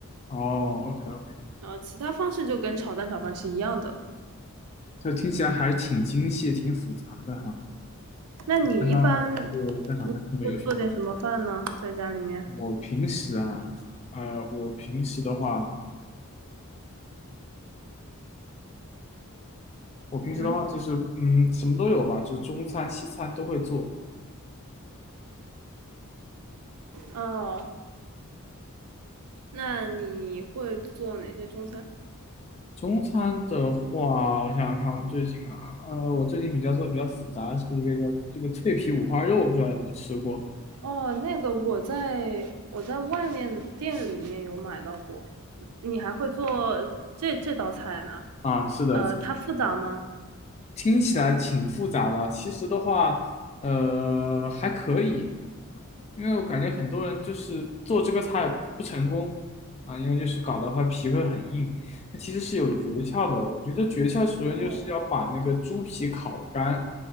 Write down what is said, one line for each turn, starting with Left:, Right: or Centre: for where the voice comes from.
Left: 哦 o k
Right: 然后其他方式就跟炒蛋炒饭是一样的了。
Left: 这听起来还是挺精细、挺复杂的哈。
Right: 那你一般
Left: 看到这蛋炒饭这么有学问
Right: 会做点什么饭呢？在家里面？
Left: 我平时啊，呃，我平时的话，我平时的话就是，
Right: 嗯，
Left: 嗯，什么都有吧，就是中餐、西餐都会做。
Right: 哦，那你会做哪些中餐？
Left: 中餐的话，我想想看，我最近啊，呃，我最近比较做的比较复杂的是一个叫这个脆皮五花肉，不知道有没有吃过
Right: 哦，那个我在我在外面的店里面有买到过。你还会做这这道菜呢？
Left: 啊？是的，
Right: 呃，它复杂吗？
Left: 听起来挺复杂的，其实的话，呃，还可以，因为我感觉很多人就是做这个菜不成功啊，因为就是搞的话皮会很硬，那其实是有诀窍的。我觉得诀窍首先就是要把那个猪皮烤干，
Right: 哦